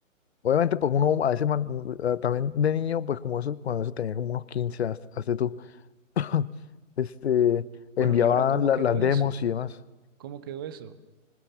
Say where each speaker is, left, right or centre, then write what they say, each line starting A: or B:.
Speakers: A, on the left; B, on the right.
A: Obviamente, pues uno a veces man- mm, eh, también de niño, pues como eso, cuando eso tenía como unos 15 haz- hazte tú, <laughs> este,
B: Bueno,
A: enviaba
B: ¿y ahora cómo
A: la-
B: quedó
A: las
B: eso?
A: demos y demás.
B: ¿Cómo quedó eso?